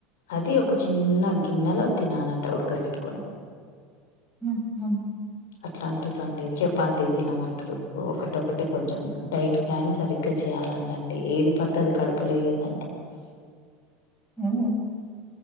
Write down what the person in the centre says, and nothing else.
మ్మ్. మ్మ్.
హ